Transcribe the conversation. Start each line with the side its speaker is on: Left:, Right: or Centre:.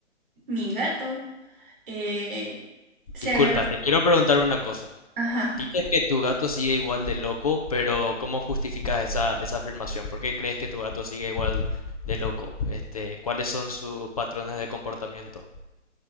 Right: Mi gato eh, se
Left: Disculpa,
Right: agarró.
Left: te quiero preguntar una cosa.
Right: Ajá.
Left: Dices que tu gato sigue igual de loco, pero ¿cómo justificas esa, esa afirmación? ¿Por qué crees que tu gato sigue igual de loco? Este, ¿cuáles son sus patrones de comportamiento?